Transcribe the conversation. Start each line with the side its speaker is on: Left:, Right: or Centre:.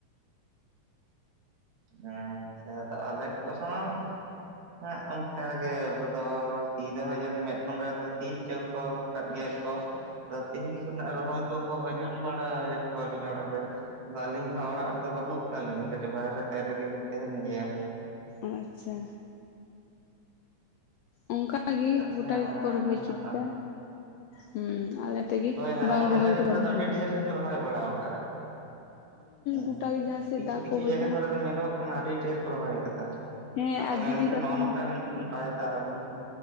Right: ᱦᱮᱸ ᱟᱪᱪᱷᱟ ᱟᱞᱮ ᱠᱚᱸᱦᱚ ᱦᱮᱸ ᱚᱱᱠᱟᱟᱜᱮ ᱟᱵᱚᱫᱚ ᱥᱤ ᱫᱚ ᱥᱤ ᱫᱚ ᱦᱟᱵᱤᱡ ᱢᱮᱫᱴᱟᱝ ᱵᱟᱨᱭᱟᱛᱚᱭ ᱥᱤ ᱦᱚᱪᱚ ᱠᱚᱨᱟᱨ ᱠᱟᱫ ᱜᱮᱭᱟ ᱠᱚ ᱛᱚ ᱛᱤᱦᱤᱧ ᱠᱷᱚᱱᱟᱜ ᱨᱚᱦᱚᱭ ᱠᱚᱠᱚ ᱟᱸᱡᱚᱢ ᱵᱟᱲᱟᱭᱮᱫ ᱠᱚᱣᱟᱞᱤᱧ ᱚᱲᱟᱜ ᱨᱮ ᱟᱫᱚ ᱟᱹᱞᱤᱧ ᱫᱚ ᱦᱟᱸᱜ ᱚᱲᱟᱜ ᱨᱮᱫᱚ ᱵᱟᱹᱱᱩᱜ ᱟᱠᱟᱫ ᱞᱤᱧᱟ ᱠᱟᱹᱴᱤᱡ ᱵᱟᱦᱨᱮ ᱥᱮᱫ ᱨᱮᱜᱮᱞᱤᱧ ᱛᱟᱦᱮᱱ ᱜᱮᱭᱟ᱾
Left: ᱟᱪᱪᱷᱟ᱾ ᱚᱱᱠᱟ ᱜᱮ
Right: ᱛᱟᱦᱚᱞᱮ
Left: ᱜᱚᱴᱟ ᱜᱮᱠᱚ
Right: ᱚᱱᱮ ᱚᱱᱠᱟ
Left: ᱨᱚᱦᱚᱭ
Right: ᱦᱟᱸᱜ
Left: ᱠᱤᱫᱟ ᱦᱮᱸ ᱟᱞᱮ ᱛᱮᱜᱮ
Right: ᱦᱳᱭ ᱦᱳᱭ ᱟᱭᱢᱟ
Left: ᱵᱟᱝ
Right: ᱜᱟᱱ
Left: ᱨᱚᱦᱚᱭ
Right: ᱡᱟᱭᱜᱟ
Left: ᱠᱚ
Right: ᱠᱚᱨᱮ
Left: ᱵᱟᱝ
Right: ᱫᱚ ᱟᱹᱰᱤ
Left: ᱦᱩᱭ ᱠᱟᱱᱟ
Right: ᱰᱷᱮᱨ ᱜᱮᱠᱚ ᱨᱚᱦᱚᱭ ᱵᱟᱲᱟ ᱠᱟᱜᱼᱟ᱾ ᱦᱮᱸ
Left: ᱜᱚᱴᱟ ᱜᱮ ᱡᱟᱦᱟᱸ ᱥᱮᱫ
Right: ᱠᱤᱪᱷᱩ
Left: ᱫᱟᱜ
Right: ᱠᱤᱪᱷᱩ
Left: ᱠᱚ ᱦᱩᱭ
Right: ᱡᱟᱭᱜᱟ
Left: ᱠᱟᱱᱟ
Right: ᱠᱚᱨᱮ ᱫᱚ ᱧᱮᱞᱚᱜ ᱠᱟᱱᱟ ᱟᱹᱰᱤ ᱰᱷᱮᱨ ᱠᱚ ᱨᱚᱦᱚᱭ ᱠᱟᱫᱟ᱾
Left: ᱦᱮᱸ
Right: ᱟᱫᱚ
Left: ᱟᱨ ᱫᱤᱫᱤ
Right: ᱢᱮᱱᱠᱷᱟᱱ
Left: ᱛᱟᱠᱚ
Right: ᱱᱚᱜᱼᱚ ᱱᱚᱝᱠᱟ ᱵᱟᱭ ᱫᱟᱜ ᱟᱵᱮᱱᱠᱷᱟᱱ